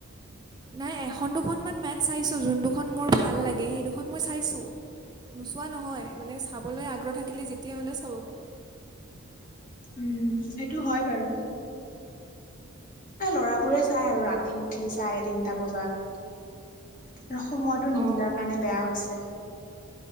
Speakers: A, on the right (about 20°); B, on the left (about 40°).
A: নাই, এখন দুখনমান মেটচ চাইছোঁ। যোন দুখন মোৰ ভাল লাগে, সেই দুখন মই চাইছোঁ। নোচোৱা নহয় মানে চাবলৈ আগ্ৰহ থাকিলে যেতিয়া হ'লেও চাব পাৰি
B: উম, সেইটো হয় বাৰু। এ, ল'ৰাবোৰে চায় আৰু ৰাতি উঠি চাৰেতিনটা বজাত। আৰু সময়টো নিমিলাৰ
A: অঁ
B: কাৰণে বেয়া হৈছে।